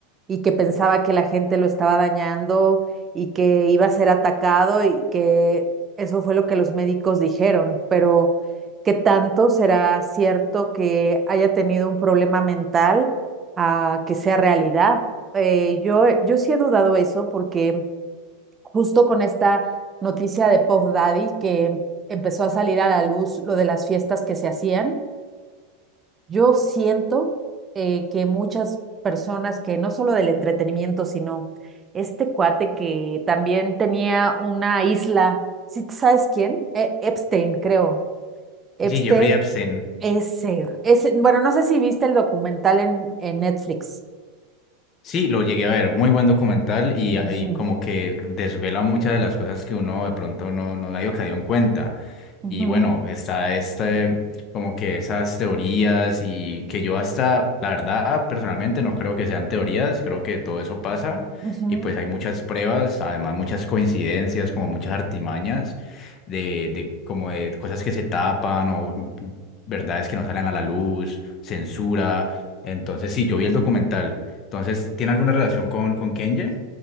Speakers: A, on the right; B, on the left.
A: y que pensaba que la gente lo estaba dañando y que iba a ser atacado y que eso fue lo que los médicos dijeron, pero ¿qué tanto será cierto que haya tenido un problema mental a que sea realidad? eh, yo, yo sí he dudado eso porque justo con esta noticia de Puff Daddy que empezó a salir a la luz lo de las fiestas que se hacían, yo siento eh, que muchas personas que no solo del entretenimiento, sino este cuate que también tenía una isla, ¿sí sabes quién? E- Epstein, creo. Epstein,
B: Sí, Jeffrey Epstein.
A: ese, ese, bueno, no sé si viste el documental en, en Netflix.
B: Sí, lo llegué a ver, muy buen documental y, y
A: Ujú,
B: como que desvela muchas de las cosas que uno de pronto no, no había caído en cuenta.
A: ujú,
B: Y bueno, está este, como que esas teorías y que yo hasta, la verdad, personalmente no creo que sean teorías, creo que todo eso pasa
A: ujú.
B: y pues hay muchas pruebas, además muchas coincidencias, como muchas artimañas de, de como de cosas que se tapan o verdades que no salen a la luz, censura. Entonces sí, yo vi el documental. Entonces, ¿tiene alguna relación con, con Kenye?